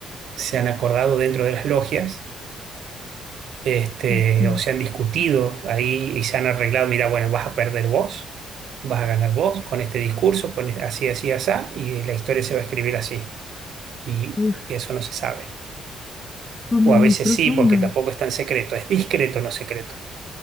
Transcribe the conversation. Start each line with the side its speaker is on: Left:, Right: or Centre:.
Right: se han acordado dentro de las logias este,
Left: Ok.
Right: o se han discutido ahí y se han arreglado, mira, bueno, vas a perder vos, vas a ganar vos con este discurso, con e- así, así, así, y la historia se va a escribir así. Y
Left: Uf,
Right: eso no se sabe.
Left: como
Right: O a
Left: muy
Right: veces
Left: profundo.
Right: sí, porque tampoco es tan secreto, es discreto, no secreto.